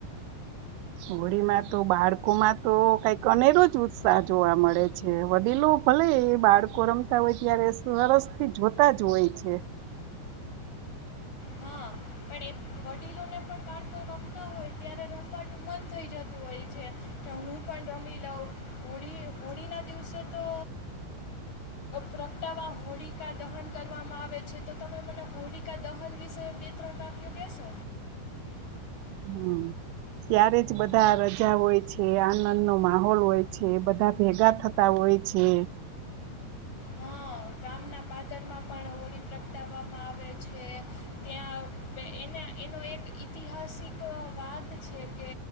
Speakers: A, on the right; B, on the left.
A: હોળીમાં તો બાળકોમાં તો કઈક અનેરોજ ઉત્સાહ જોવા મળે છે વડીલો ભલે બાળકો રમતા હોય ત્યારે સરસ થી જોતા જ હોય છે.
B: હા પણ એ વડીલોને પણ બાળકો રમતા હોય ત્યારે રમવાનું મન થઈ જતું હોય છે કે હું પણ રમી લઉં હોળી હોળી ના દિવસે તો પ્રગટાવા હોળીકા દહન કરવામાં આવે છે તો તમે મને હોળિકા દહન વિશે બે તત્રણ વાક્યો કેસો
A: હમ ત્યારે જ બધા રજા હોય છે આનંદનો માહોલ હોય છે બધા ભેગા થતા હોય છે.
B: હા ગામના પાદરમાં પણ હોળી પ્રગટાવામાં આવે છે ત્યાં એના એનો એક ઐતિહાસિક વાત છે કે